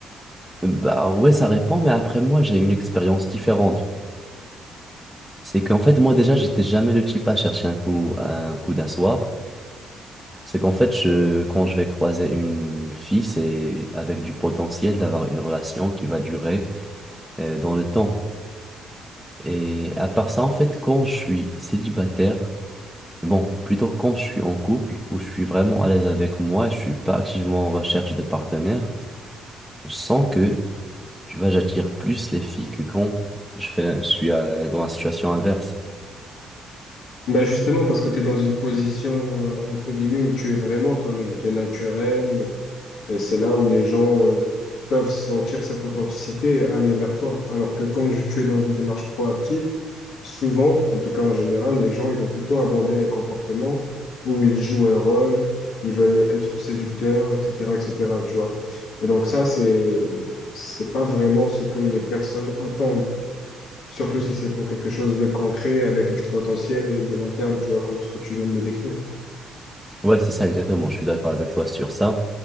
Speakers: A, in the centre; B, on the left (about 80°).
A: bah, ouais, ça répond, mais après, moi, j'ai une expérience différente. C'est qu'en fait, moi, déjà, j'étais jamais le type à chercher un coup, un coup d'un soir. C'est qu'en fait, je, quand je vais croiser une fille, c'est avec du potentiel d'avoir une relation qui va durer euh, dans le temps. Et à part ça, en fait, quand je suis célibataire, bon, plutôt quand je suis en couple, où je suis vraiment à l'aise avec moi, je suis pas activement en recherche de partenaire, je sens que, tu vois, j'attire plus les filles que quand je fais, je suis euh, dans la situation inverse.
B: Bah justement, parce que tu es dans une position, euh, entre guillemets, où tu es vraiment toi-même. Tu es naturel, Et c'est là où les gens euh, peuvent sentir cette authenticité et aller vers toi. Alors que quand je- tu es dans une démarche proactive, souvent, en tout cas en général, les gens ils vont plutôt aborder un comportement où ils jouent un rôle, ils veulent être séducteurs, etc., etc. Tu vois. Et donc ça, c'est c'est pas vraiment ce que les personnes attendent. Surtout si c'est pour quelque chose de concret avec du potentiel et de long terme, tu vois, comme ce que tu viens de me décrire.
A: Ouais, c'est ça exactement, je suis d'accord avec toi sur ça.